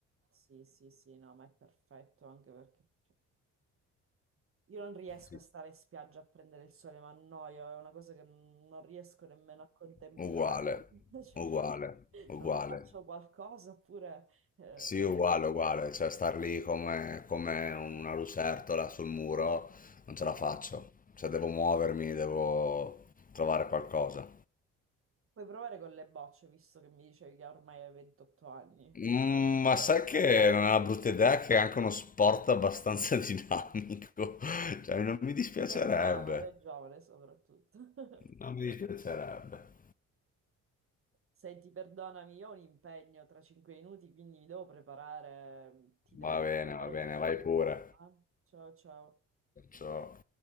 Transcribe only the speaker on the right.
Sì, sì, sì, no, ma è perfetto anche perché cioè, io non riesco
a stare in spiaggia a prendere il sole, ma annoio, è una cosa che non riesco nemmeno a contemplare.
<laughs>
Cioè,
cioè, faccio qualcosa oppure eh,
non-
no,
no.
Puoi provare con le bocce, visto che mi dicevi che ormai hai 28 anni.
<laughs>
È giovane, è giovane soprattutto. <laughs>
Senti, perdonami, io ho un impegno tra cinque minuti, quindi mi devo preparare. Ti devo
chiamare
più
tardi.
eh? Ciao, ciao.